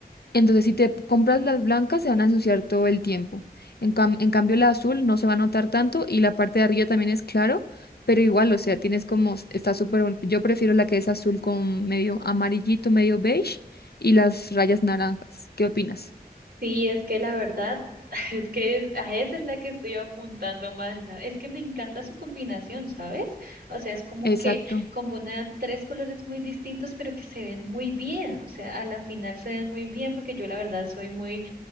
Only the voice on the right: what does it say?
Sí, es que la verdad, <laughs> es que a esa es la que estoy apuntando más. la- Es que me encanta su combinación, ¿sabes? O sea, es como
que combina tres colores muy distintos, pero que se ven muy bien. O sea, a la final se ven muy bien porque yo la verdad soy muy